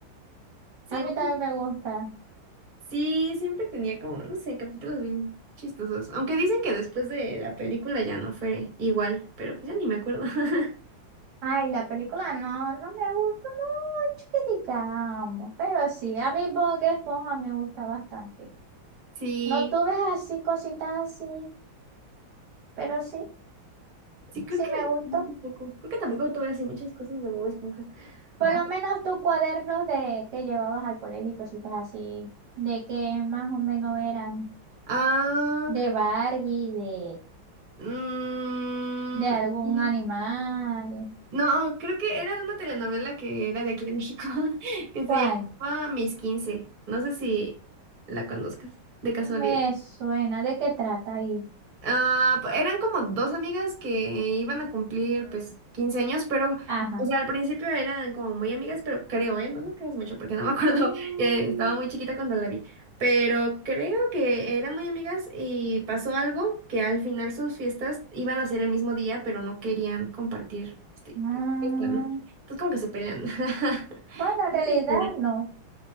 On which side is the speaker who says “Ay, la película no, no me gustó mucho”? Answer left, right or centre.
Right